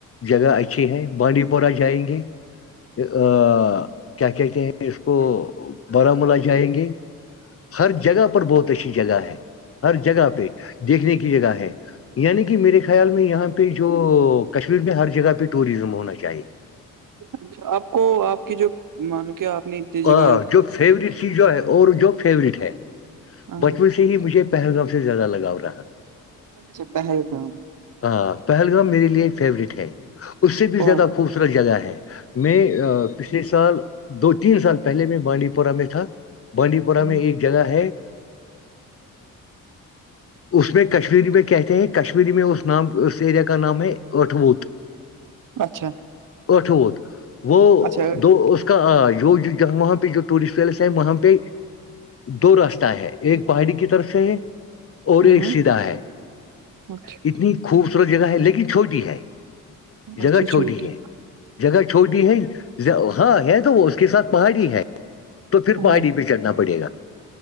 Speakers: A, on the left; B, on the right.
A: جگہ اچھی ہے بانڈی پورہ جائیں گے ا کیا کہتے ہیں اس کو بارامولہ جائیں گے ہر جگہ پر بہت اچھی جگہ ہے ہر جگہ پہ دیکھنے کی جگہ ہے یعنی کہ میرے خیال میں یہاں پہ جو کشمیر میں ہر جگہ پہ ٹوریزم ہونا چاہیے
B: اچا آپ کو آپ کی جو مانو کیا آپ نے اتنی جگہ
A: آ، جو فیوریٹ چی جو ہے اور جو فیوریٹ ہے
B: ہاں
A: بچپن سے ہی مجھے پہلگام سے زیادہ لگاؤ رہا ہے
B: اچھا پہلگام
A: ہاں پہلگام میرے لیے فیوریٹ ہے اس سے بھی
B: بہت
A: زیادہ خوبصورت جگہ ہے میں پچھلے سال دو تین سال پہلے میں بانڈی پ پورا میں تھا بانڈی پورہ
B: ہوں
A: میں ایک جگہ ہے اس میں کشمیری میں کہتے ہیں کشمیری میں اس نام یریا کا نام ہے اٹھ بوت
B: اچھا
A: اٹھت وہ
B: اچھا ہوں
A: دو اس آ یہ جو ج وہاں پ جو ٹورسٹ ویلس ہے وہاں پ دو رست ہے ایک پہاڑی کی طرف سے ہے اور
B: ہوں
A: ایک سیدھا ہے
B: اچھا
A: اتنی خوبصورت جگہ ہے لیکن چھوٹی ہے جگہ
B: اچھا چھوٹی
A: ہے جگہ چھوٹی ہے ہاں ہے تو وہ اس کے ساتھ پہاڑی ہے تو پھر
B: ہاں
A: پہاڑی پہ چڑھنا پڑے گا